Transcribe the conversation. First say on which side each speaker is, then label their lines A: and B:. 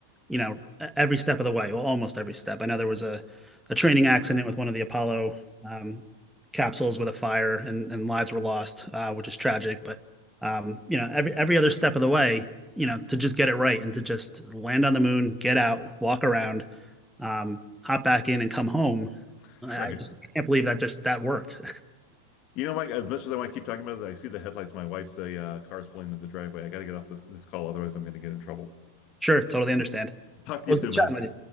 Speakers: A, in the centre; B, on the left (about 40°).
A: you know, e-, every step of the way. Well, almost every step. I know there was a a training accident with one of the Apollo um, capsules with a fire, and and lives were lost, uh, which is tragic. But um, you know, every every other step of the way, you know, to just get it right and to just land on the moon, get out, walk around, um, hop back in, and come home.
B: <laughs>
A: I
B: right.
A: just I can't believe that just that worked.
B: You know, Mike, as much as I want to keep talking about this, I see the headlights of my wife's uh, car's pulling into the driveway. I got to get off this, this call, otherwise I'm going to get in trouble.
A: Sure, totally understand.
B: Talk to
A: Well,
B: you soon,
A: good chatting
B: man.
A: with you.